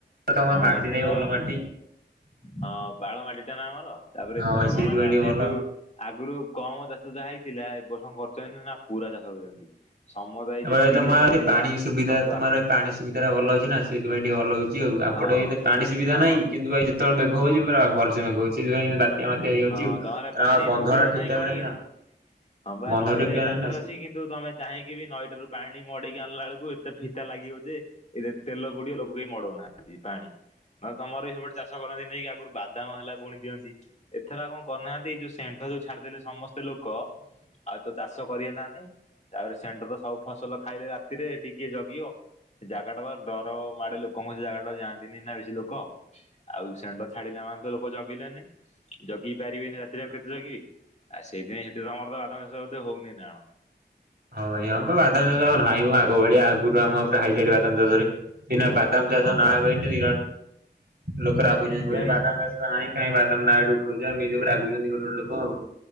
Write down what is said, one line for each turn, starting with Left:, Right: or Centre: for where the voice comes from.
Right: ତମ
Left: ହଁ
Right: ମାଟି
Left: ଏଥର
Right: ଟାବି ଭଲ ମାଟି।
Left: ହଁ ପାଳ ମାଟି ଟା ନା ଆମର ତାପରେ
Right: ହଁ
Left: ଏଥର
Right: ଭାଇ ସେଇଥିପାଇଁ
Left: କଣ ନା
Right: ଟିକେ
Left: ସେ
Right: ଭଲ।
Left: ଯୋଉ ଆଗରୁ କମ ଚାଷ ଯାହା ହେଇଥିଲା ଏ ବର୍ଷ କରିଛନ୍ତି ନା ପୁରା ଚାଷ କରିଛନ୍ତି। ସମଦାୟ
Right: ଆଉ
Left: ଯେତିକି
Right: ଭାଇ ତମ
Left: ଜାଗା
Right: ଆରେ
Left: ଥିଲା
Right: ପାଣି ସୁବିଧା
Left: ସବୁ ଆଖୁ
Right: ପାଣି ସୁବିଧା ଭଲ ଅଛି ନା ସେଥିପାଇଁ ଟିକେ ଭଲ ହଉଛି ଆଉ ଆପଟେ
Left: ହଁ
Right: ଏତ ପାଣି ସୁବିଧା
Left: ହଁ
Right: ନାହିଁ କିନ୍ତୁ ଭାଇ ଯେ ଯେତେବେଳେ ମେଘ ହଉଛି ପୁରା ଭଲ ସେ ମେଘ ହଉଛି ଯେମିତି ବା ଏ ମତେ ହେଇଯାଉଛି
Left: ହଁ
Right: ଆଉ
Left: ତମର ପାଣି
Right: ଆମ ବନ୍ଧ
Left: ସୁବିଧା
Right: ଟା ଠିକ ଠାକ
Left: କଣ
Right: ନାହିଁ
Left: କେମିତି?
Right: ନା
Left: ହଁ ବା
Right: ବନ୍ଧ
Left: ନଈଟା
Right: ଠିକ ଠାକ
Left: ବି ପାଖରେ
Right: ନାହିଁ ନା ସେ
Left: ଅଛି କିନ୍ତୁ ତମେ ଚାହିଁକି ବି ନଈଟାରୁ ପାଣି ମଡେଇକି ଆଣିଲା ବେଳକୁ ଏତେ ଫିତା ଲାଗିବ ଯେ ଏବେ ତେଲ ପଡିିବ ଲୋକ କେହି ମଡଉନାହାନ୍ତି ପାଣି ନହଲେ ତମର ବି ସେପଟେ ଚାଷ କରନ୍ତି ନେଇକି ଆଗରୁ ବାଦାମ ହେଲା ଫୁଣି କେମିତି? ଏଥର ଆଉ କଣ କରୁନାହାନ୍ତି ଏଇ ଯୋଉ ଷେଣ୍ଢ ଯୋଉ ଛାଡିଦେଲେ ସମସ୍ତେ ଲୋକ ଆଉ ତ ଚାଷ କରିହେଲାନି। ତାପରେ ଷେଣ୍ଢ ତ ସବୁ ଫସଲ ଖାଇଲେ ରାତିରେ ଟିକେ ଜଗିବ ଜାଗାଟା ତ ଡର ମାଡେ ଲୋକଟା କଣ ସେ ଜାଗାଟା ଯାଆନ୍ତିନି ନା ବେଶୀ ଲୋକ ଆଉ ଷେଣ୍ଢ ଛାଡିଲା ମାନେ ତ ଲୋକ ଜଗିଲେନି ଜଗି ପାରିବେନି ରାତିରେ କେତେ ଜଗିବେ? ଆଉ ସେଇଥି ପାଇଁ ସେଠି ତମର ତ ବାଦାମ ମଧ୍ୟ ହଉନି ନା ଆଉ?
Right: ହଁ ଭାଇ ହଁ ବାଦାମ ଚାଷ ଆଉ ନାଇଁ ମ ଆଗ ଭଳିଆ ଆଗରୁ ଆ ହାଇଲାଇଟ ବାଦାମ ଚାଷରେ ଏଇନା ବା ବାଦାମ ଚାଷ
Left: ହଁ
Right: ନା
Left: ବା
Right: କହିନେ ଲୋକ ରାଗୁଛନ୍ତି
Left: ଏଇ
Right: ବାଦାମ ଚାଷ ନାହିଁ। କାଇଁ ବାଦାମ ନା ଏଠି ଉଠାଉଛ ଆଉ ରାଗୁଛନ୍ତି ଗୋଟେ ଗୋଟ ଲୋକ ଆଉ